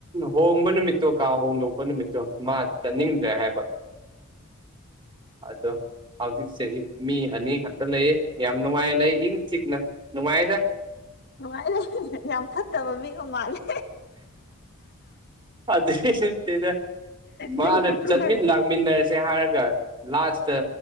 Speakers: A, on the right; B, on the left.
A: ꯍꯣꯡꯕ ꯅꯨꯃꯤꯠꯇꯣ ꯀꯥ ꯍꯣꯡꯗꯣꯛꯄ ꯅꯨꯃꯤꯠꯇꯣ ꯃꯥꯗꯤ ꯆꯠꯅꯤꯡꯗ꯭ꯔꯦ ꯍꯥꯏꯕ ꯑꯗꯣ ꯍꯧꯖꯤꯛꯁꯦ ꯃꯤ ꯑꯅꯤ ꯈꯛꯇ ꯂꯩꯌꯦ ꯌꯥꯝ ꯅꯨꯡꯉꯥꯏ ꯂꯩ ꯏꯪ ꯆꯤꯛꯅ ꯅꯨꯡꯉꯥꯏꯗ
B: ꯅꯨꯡꯉꯥꯏ ꯂꯩ ꯌꯥꯝ ꯐꯠꯇꯕ ꯃꯤꯒ ꯃꯥꯜꯂꯦ
A: ꯑꯗꯨꯏꯁꯨ ꯅꯠꯇꯦꯗ ꯃꯥꯅ
B: ꯅꯪꯒꯤ ꯈꯨꯍꯥꯏ
A: ꯆꯠꯃꯤꯟ ꯂꯥꯛ ꯃꯤꯟꯅꯔꯁꯦ ꯍꯥꯏꯔꯒ ꯂꯥꯁꯇ